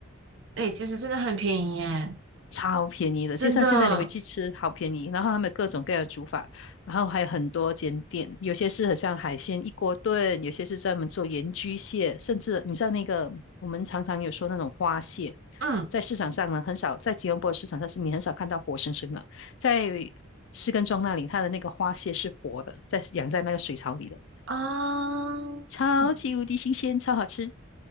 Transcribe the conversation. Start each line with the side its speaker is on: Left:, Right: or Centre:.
Right: 哎、其实真的很便宜耶，
Left: 超便宜的，
Right: 真的，
Left: 就像现在你回去吃，好便宜。然后他们各种各样的煮法，然后还有很多间店，有些是很像海鲜一锅炖，有些是专门做盐焗蟹，甚至你知道那个我们常常有说那种花蟹，
Right: 嗯
Left: 在市场上呢很少，在吉隆坡市场上是你很少看到活生生的，在士根庄那里，它的那个花蟹是活的，在养在那个水槽里的，
Right: 啊，
Left: 超级无敌新鲜，
Right: 嗯
Left: 超好吃。